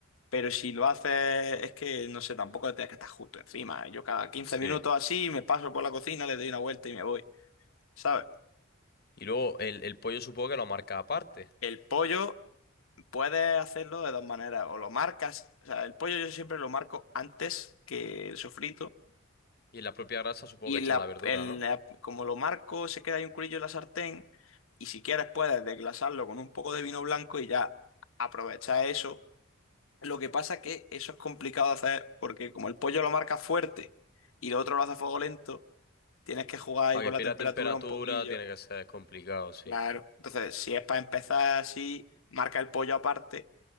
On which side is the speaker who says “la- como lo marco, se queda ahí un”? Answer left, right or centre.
Left